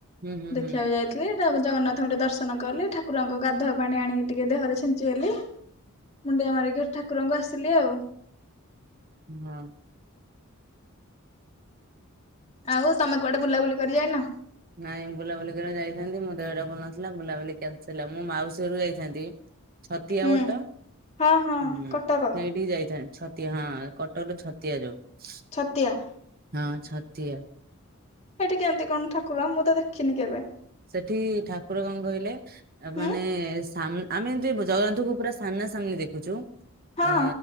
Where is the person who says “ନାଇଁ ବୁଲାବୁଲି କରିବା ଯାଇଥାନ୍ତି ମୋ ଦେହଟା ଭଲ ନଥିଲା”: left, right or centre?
Right